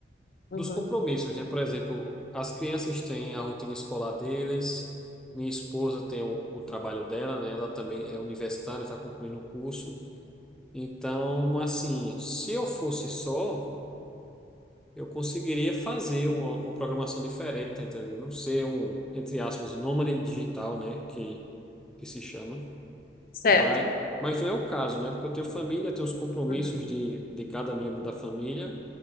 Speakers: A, on the left; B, in the centre.
A: Uhum,
B: dos compromissos, né? Por exemplo, as crianças têm a rotina escolar deles, minha esposa tem o, o trabalho dela, né? Ela também é universitária, está concluindo o curso. Então, assim, se eu fosse só, eu conseguiria fazer uma, uma programação diferente, tá entendendo? Não ser um, entre aspas, nômade digital, né? Que, que se chama.
A: certo.
B: Mas, mas não é o caso, né? Porque eu tenho família, tenho os compromissos
A: Uhum,
B: de, de cada membro
A: uhum.
B: da família.